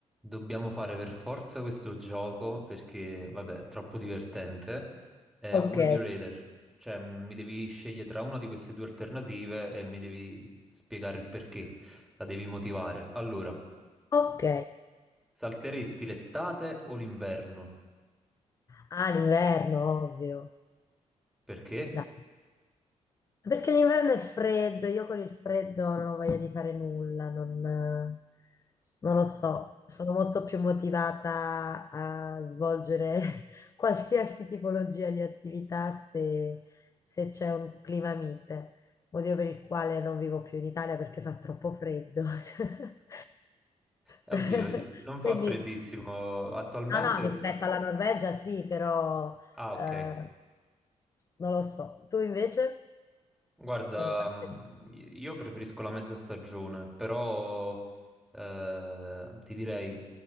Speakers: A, in the centre; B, on the left (about 25°).
A: Dobbiamo fare per forza questo gioco perché, vabbè, è troppo divertente. È
B: Ok,
A: un Would You Rather, cioè mi devi scegliere tra una di queste due alternative e mi devi spiegare il perché, la devi motivare. Allora,
B: ok.
A: salteresti l'estate o l'inverno?
B: Ah, l'inverno, ovvio.
A: Perché?
B: Dai. Perché l'inverno è freddo, io con il freddo non ho voglia di fare nulla, non, non lo so, sono molto più motivata a svolgere <laughs> qualsiasi tipologia di attività se, se c'è un clima mite, motivo per il quale non vivo più in Italia perché fa troppo freddo. <laughs>
A: Eh,
B: <laughs>
A: Oddio, non fa
B: Quindi
A: freddissimo attualmente.
B: No, no, rispetto
A: si-
B: alla Norvegia sì, però
A: Ah,
B: eh,
A: ok.
B: non lo so. Tu invece
A: Guarda,
B: cosa sai?
A: mh,
B: Eh,
A: io preferisco la mezza stagione, però eh, ti direi